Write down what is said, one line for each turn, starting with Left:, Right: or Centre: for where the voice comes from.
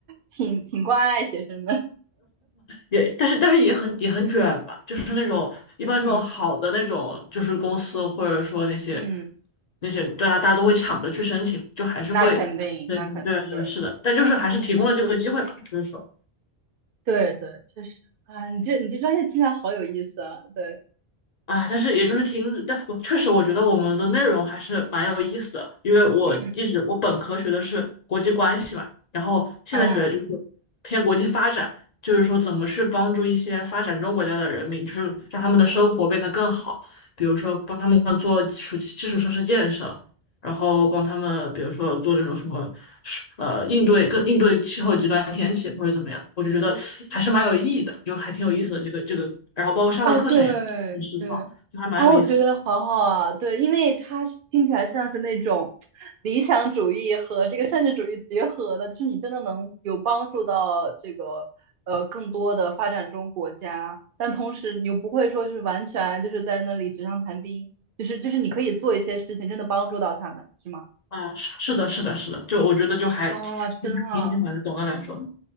Right: 挺挺关爱学生的。
Left: 也但是但是也很也很卷吧，就是那种一般那种好的那种就是公司或者说那些
Right: 嗯 <laughs> 嗯，
Left: 那些大家大家都会抢着去申请，就还是会，
Right: 那肯定，
Left: 对对对，
Right: 那肯定，对，
Left: 是的，但就是还是提供了这个机会吧，就是说。
Right: 对对，确实啊，你这你这专业听起来好有意思啊，对，
Left: 啊，但是也就是听，但我确实我觉得我们的内容还是蛮有意思的，因为我一直我本科学的是国际关系嘛，
Right: 嗯。
Left: 然后现在学的就是
Right: 嗯。
Left: 偏国际发展，就是说怎么去帮助一些发展中国家的人民，就是让他们的生活变得更好，比如说帮他们做基础基础设施建设，然后帮他们比如说做那种什么呃应对更应对气候极端天气或者怎么样，我就觉得还是蛮有意义的，就还挺有意思的这个这个，然后包括上的课程也是。
Right: 啊，对对啊，
Left: 很实操，就还蛮有意思。
Right: 我觉得好好啊，对，因为它是听起来像是那种理想主义和这个现实主义结合的，就是你真的能有帮助到这个呃更多的发展中国家，但同时你又不会说就是完全就是在那里纸上谈兵，就是就是你可以做一些事情，真的帮助到他们，是吗？
Left: 啊、是是的，是的，是的，就我觉得就还挺
Right: 啊，真好，
Left: 挺喜欢的。总的来说，